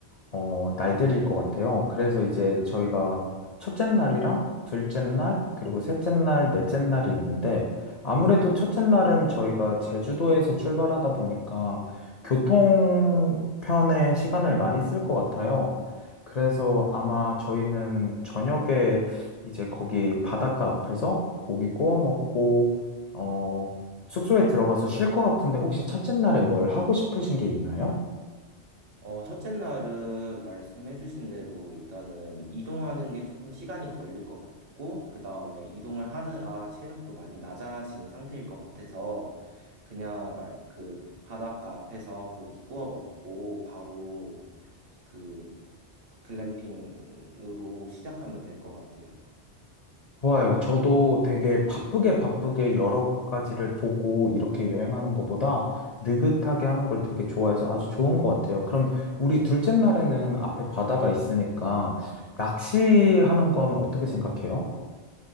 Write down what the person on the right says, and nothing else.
어, 첫째 날은 말씀해주신 대로 일단은 이동하는 게 조금 시간이 걸릴 것 같고, 그 다음에 이동을 하느라 체력도 많이 낮아진 상태일 것 같아서, 그냥 말, 그 바닷가 앞에서 고기 구워 먹고, 바로 그, 그 글램핑으로 시작하면 될 것 같아요.